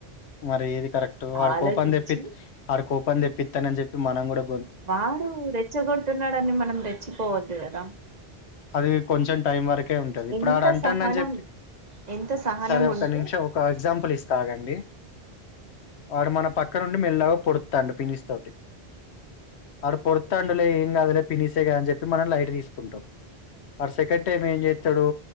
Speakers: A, on the left; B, on the right.
A: మరి ఏది కరెక్ట్ వాడు
B: ఆలోచించి
A: కూపం తెప్పి వాడు కోపం తెప్పిత్తన్నని చెప్పి మనం కూడా
B: వాడు రెచ్చగొడుతున్నాడని మనం రెచ్చిపోవద్దు కదా
A: అది కొంచెం టైం వరకే ఉంటది ఇప్పుడు
B: ఎంత
A: ఆడ అంటండని
B: సహనం
A: చెప్పి
B: ఎంత సహనం
A: సరే ఒక
B: ఉంటే
A: నిమిషం ఒక ఎగ్జాంపుల్ ఇస్తాగండి వాడు మన పక్క నుండి మెల్లగా పొడు త్తండు పినిస్ తోటి అడు పొడుత్తాండు లే ఎం గాదు లే పినిసేగదని చెప్పి మనం లైట్ తీసు కుంటాం ఆడు సెకండ్ టైం ఏం చేత్తడు